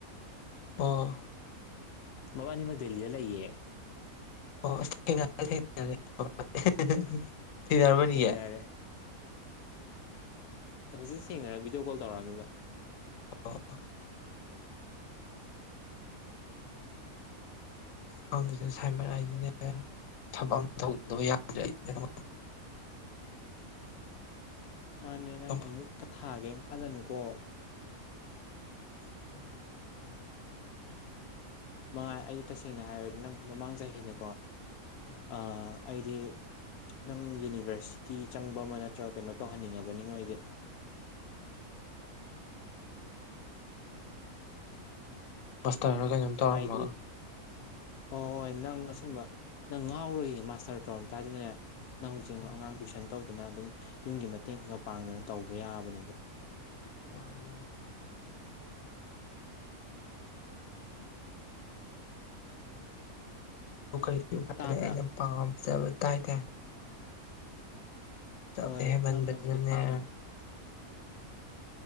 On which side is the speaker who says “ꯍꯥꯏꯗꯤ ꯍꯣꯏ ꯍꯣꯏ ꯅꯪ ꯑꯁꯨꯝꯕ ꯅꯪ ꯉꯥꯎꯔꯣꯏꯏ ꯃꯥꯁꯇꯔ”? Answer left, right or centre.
Left